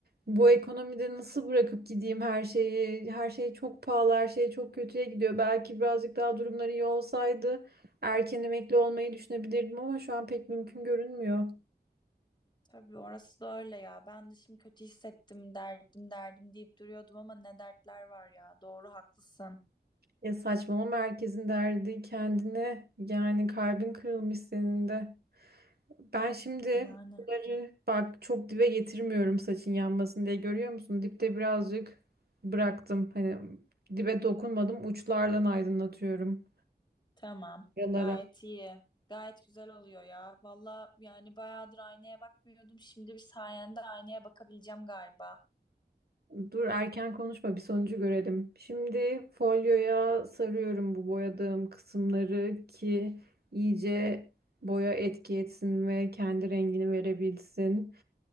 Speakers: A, on the right; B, on the left.
A: Bu ekonomide nasıl bırakıp gideyim her şeyi? Her şey çok pahalı, her şey çok kötüye gidiyor. Belki birazcık daha durumları iyi olsaydı erken emekli olmayı düşünebilirdim ama şu an pek mümkün görünmüyor.
B: Tabii orası da öyle ya ben de şimdi kötü hissettim derdim derdim deyip duruyordum ama ne dertler var ya doğru haklısın.
A: Ya saçmalama herkesin derdi kendine. Yani kalbin kırılmış senin de. Ben şimdi
B: Yani
A: bunları bak çok dibe getirmiyorum saçın yanmasın diye görüyor musun? Dipte birazcık bıraktım. Hani dibe dokunmadım uçlardan aydınlatıyorum.
B: tamam
A: Yalara.
B: gayet iyi gayet güzel oluyor ya valla yani bayağıdır aynaya bakmıyordum şimdi bir sayende aynaya bakabileceğim galiba.
A: Dur erken konuşma bir sonucu görelim. Şimdi folyoya sarıyorum bu boyadığım kısımları ki iyice boya etki etsin ve kendi rengini verebilsin.